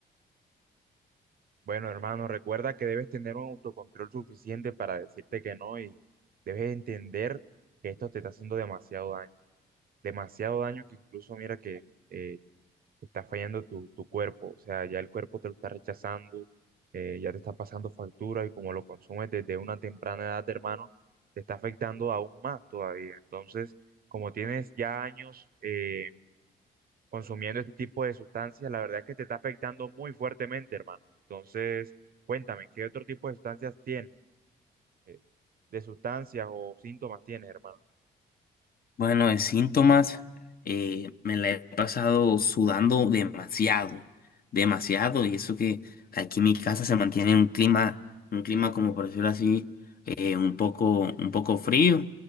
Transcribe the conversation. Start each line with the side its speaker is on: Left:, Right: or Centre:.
Right: Bueno, hermano, recuerda que debes tener un autocontrol suficiente para decirte que no y debes entender que esto te está haciendo demasiado daño. Demasiado daño que incluso mira que eh, está fallando tu, tu cuerpo. O sea, ya el cuerpo te lo está rechazando, eh, ya te está pasando factura y como lo consumes desde una temprana edad, hermano, te está afectando aún más todavía. Entonces, como tienes ya años eh, consumiendo este tipo de sustancias, la verdad es que te está afectando muy fuertemente, hermano. Entonces, cuéntame, ¿qué otro tipo de sustancias tienes? Eh, ¿De sustancias o síntomas tienes, hermano?
Left: Bueno, de síntomas, eh, me la he pasado sudando demasiado, demasiado, y eso que aquí en mi casa se mantiene un clima, un clima como por decirlo así, eh, un poco, un poco frío.